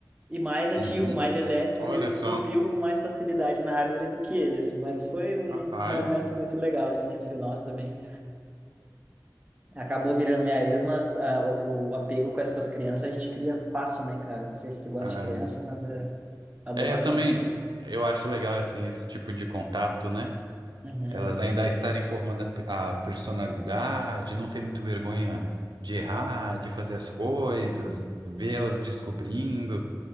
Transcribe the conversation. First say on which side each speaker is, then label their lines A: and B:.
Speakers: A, on the right (about 20°); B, on the right (about 90°).
A: e mais ativo,
B: Uhum.
A: mais elétrico,
B: Olha
A: daí ele subiu
B: só,
A: com mais facilidade na árvore do que ele, assim. Mas foi um,
B: rapaz.
A: um momento muito legal, assim, entre nós também. Acabou virando minha ex, mas ah, o, o apego com essas crianças a gente cria fácil, né, cara? Não sei se tu gosta
B: Ah.
A: de criança, mas é, adoro,
B: É, eu também,
A: então.
B: eu acho legal, assim, esse tipo de contato, né?
A: Uhum,
B: Elas ainda estarem formando a, pe- a personalidade, não ter muito vergonha de errar, de fazer as coisas, ver elas descobrindo.